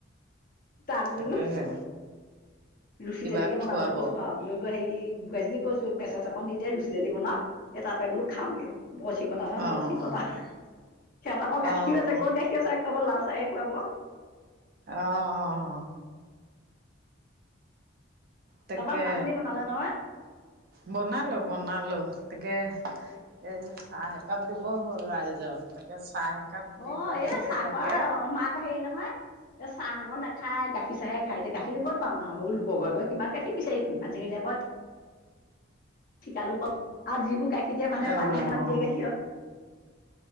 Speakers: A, on the left; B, on the right.
A: তাত বোলো
B: তাকেহে
A: ৰুচি
B: কিবা
A: জেলিকে বনাবলৈ
B: খুৱাব
A: কৈছো
B: অ',
A: আৰু। হেৰি বোৱাৰীজনী কৈছো মেছেজ এখন দি দে ৰুচী জেলী বনাওক এই তাতে বোলো খামগে বৰ চিকতা ন
B: অ',
A: বৰ চিকতা সিহঁতক গাখিও
B: অ',
A: আছে ক'ত গাখীৰৰ চাহ খুৱাব লাল চাহে খুৱাব।
B: অহ - অহ। তাকে
A: তাৰপৰা ভাত পানী বনালে নহয়
B: বনালো বনালো তাকে এই চাহ এক একাপ দিবই হ'ল ৰাইজক তাকে চাহ একাপ
A: অ
B: দিবলৈকে
A: এ চাহ
B: লাগে
A: কোৱা মাক অ হেৰি নহয় এ চাহ আকৌ নাখাই গাখীৰ চাহে খাই গাখীৰ নো ক'ত পাম আৰু সৰু ল ঘৰে ঘৰে কিমান গাখীৰ বিচাৰি ফুৰিম আজিকালি আকৌ ঠিকালো ক আৰু যিবোৰ গাখীৰ দিয়ে মানুহে
B: অ',
A: পানী এগালমান দিয়া গাখীৰ আৰু।